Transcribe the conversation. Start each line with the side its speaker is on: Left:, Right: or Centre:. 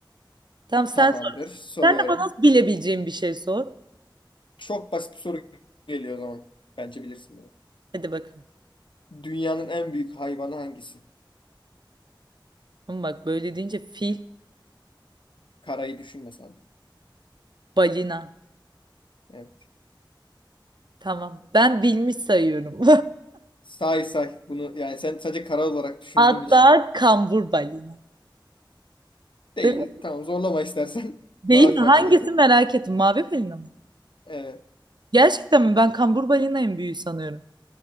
Right: Tamam sen
Left: <laughs> tamamdır.
Right: sor.
Left: Soruyorum.
Right: Sen de bana bilebileceğim bir şey sor.
Left: Çok basit bir soru geliyor o zaman. Bence bilirsin bunu.
Right: Hadi bakalım.
Left: Dünyanın en büyük hayvanı hangisi?
Right: Ama bak böyle deyince fil,
Left: Karayı düşünme sadece.
Right: balina.
Left: Evet.
Right: Tamam. Ben bilmiş sayıyorum.
Left: Say say. Bunu yani sen sadece kara olarak
Right: <laughs>
Left: düşündüğün
Right: Hatta
Left: için.
Right: kambur balina.
Left: Değil.
Right: Değil mi?
Left: Tamam zorlama istersen. <laughs>
Right: Değil
Left: Mavi
Right: mi? Hangisi
Left: balinaydı.
Right: merak ettim. Mavi balina mı?
Left: Evet.
Right: Gerçekten mi? Ben kambur balinayım büyüğü sanıyorum.